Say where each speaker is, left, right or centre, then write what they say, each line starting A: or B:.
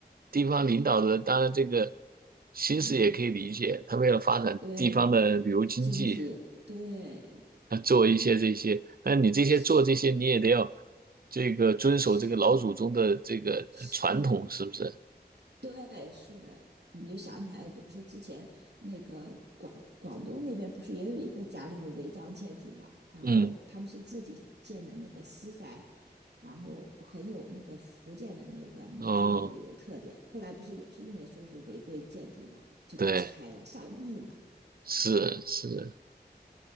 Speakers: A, on the right; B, on the right.
A: 地方领导的，当然这个心思也可以理解，
B: 嗯
A: 他为了发展地方的旅游经济，
B: 对经济对，
A: 他做一些这些，
B: 但
A: 但你这些做这些，
B: 是
A: 你也得要这个遵守这个老祖宗的这个传统，
B: 是是
A: 是不是？
B: 对是的，你就想起来不是之前那个广广东那边不是也有一个家里头违章建筑嘛，然后他们是自己建的那个私宅，
A: 嗯，
B: 然后很有那个福建的那个民居的那种特点。
A: 哦，
B: 后来不是也是因为说是违规建筑嘛，就给拆了，
A: 对，
B: 上亿呢。
A: 是是，